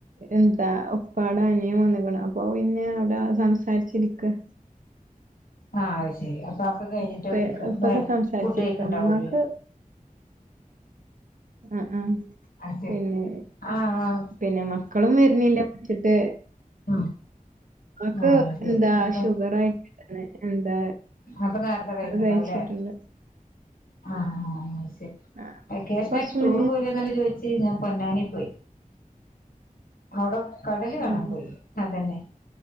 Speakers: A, on the right; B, on the left.
A: എന്താ ഉപ്പായുടെ അനിയൻ വന്നിരിക്കണ് അപ്പോ ഇനി അതാ സംസാരിച്ചിരിക്കാം
B: ആ അതുശരി അപ്പൊ അതൊക്കെ കഴിഞ്ഞിട്ട്
A: ഉപ്പ
B: വിളിക്കു
A: ഉപ്പൊക്കെ സംസാരിച്ചിരിക്ക
B: ഫുഡ് കഴികൊണ്ടാവൂ
A: ഉമ്മാക്ക്
B: അല്ലേ
A: ആ ആ
B: അത് ശരി
A: പിന്നെ
B: ആഹ്
A: പിന്നെ മക്കളും വരുന്നില്ല വിളിച്ചിട്ട്
B: ഉം
A: നമുക്ക്
B: ആഹ് ശരി
A: എന്താ
B: അപ്പൊ
A: ഷുഗറായി എന്താ
B: മോക്ക് നേരത്തെ വെയ്റ്റ്
A: അത്
B: ഉണ്ടാകുമല്ലേ
A: കഴിച്ചിട്ടുണ്ട്
B: <inaudible> <unintelligible>
A: ആഹ്
B: വെക്കേഷൻ
A: കൊറച്ച്
B: ആയിട്ട് ടൂർ
A: മുന്നേ
B: പോയില്യോന്ന് അല്ലേ ചോദിച്ചിരുന്നത് പൊന്നാനി പോയി അവിടെ കടല് കാണാൻ
A: ആഹ്
B: പോയി അതന്നെ